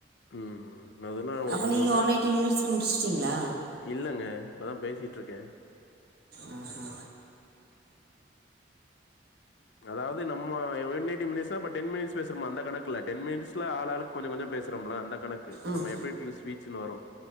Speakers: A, on the left; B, on the right.
A: ம் அதெல்லா
B: அப்ப
A: ஒரு
B: நீங்க
A: மூணு நாள்
B: ஒன் எயிட்டி மினிட்ஸ் முடிச்சுட்டீங்களா
A: இல்லங்க இப்பதா பேசிட்டுருக்கே
B: ஆ ஆ
A: அதாது நம்ம ஒன் எயிட்டி மினிட்ஸ்ல இப்ப டென் மினிட்ஸ் பேசுறோமா அந்த கணக்குல்ல டென் மினிட்ஸ்ல ஆளாளுக்கு கொஞ்ச கொஞ்ச பேசுறோம்ல அந்த கணக்கு
B: ம்
A: நம்ம எஃபெக்ட்டிவ் ஸ்பீச்சுனு வரு